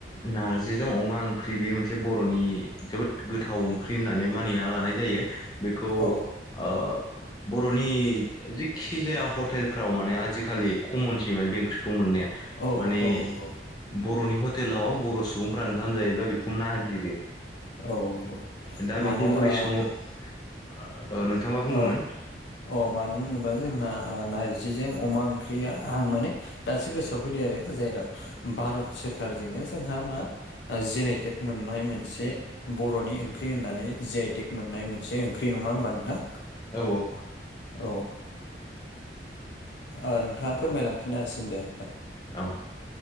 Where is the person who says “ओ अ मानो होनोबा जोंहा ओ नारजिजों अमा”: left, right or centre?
Left